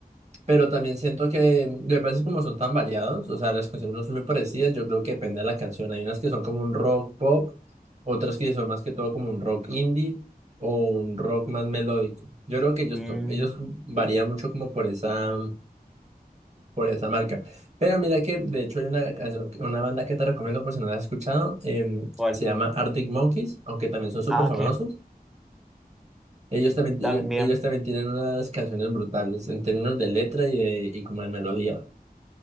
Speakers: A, on the right; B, in the centre.
A: pero también siento que mm, de veces como son tan variados, o sea, las canciones no son muy parecidas, yo creo que depende de la canción. Hay unas que son como un rock pop, otras que son más que todo como un rock indie o un rock más melódico. Yo creo que ellos,
B: Mm,
A: to- ellos varían mucho como por esa... por esa marca. Pero mira que, de hecho, hay una, canción- una banda que te recomiendo por si no la has escuchado. em,
B: ¿cuál?
A: se llama Arctic Monkeys, aunque también son súper
B: Ah,
A: famosos.
B: que
A: Ellos también,
B: También
A: ellos, ellos también tienen unas canciones brutales en términos de letra y, de- y como de melodía.